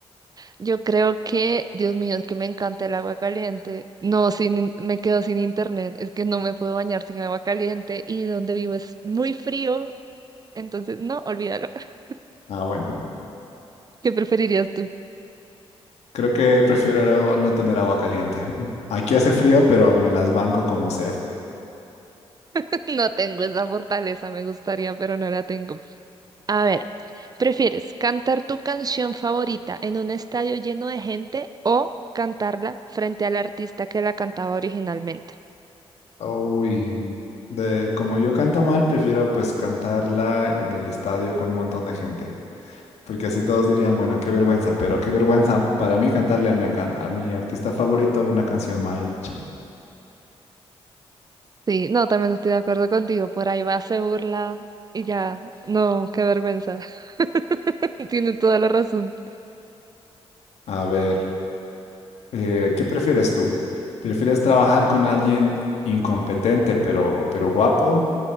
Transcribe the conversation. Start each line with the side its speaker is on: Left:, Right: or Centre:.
Right: yo creo que, Dios mío, es que me encanta el agua caliente. No, sin, in- me quedo sin internet. Es que no me puedo bañar sin agua caliente y donde vivo es muy frío. Entonces, no, olvídalo. <laughs>
Left: Ah, bueno.
Right: ¿Qué preferirías tú?
Left: Creo que prefiero no tener agua caliente. Aquí hace frío, pero me las banco como sea.
Right: <laughs> No tengo esa fortaleza, me gustaría, pero no la tengo. A ver, ¿prefieres cantar tu canción favorita en un estadio lleno de gente o cantarla frente al artista que la cantaba originalmente?
Left: Uy, de como yo canto mal, prefiero pues cantarla en el estadio con un montón de gente, porque así todos dirían, bueno, qué vergüenza, pero qué vergüenza para mí cantarle a mi, can- a mi artista favorito una canción mal hecha.
Right: Sí, no, también estoy de acuerdo contigo. Por ahí va, se burla y ya. No, qué vergüenza. <laughs> Tiene toda la razón.
Left: A ver, eh, ¿qué prefieres tú? ¿Prefieres trabajar con alguien incompetente pero, pero guapo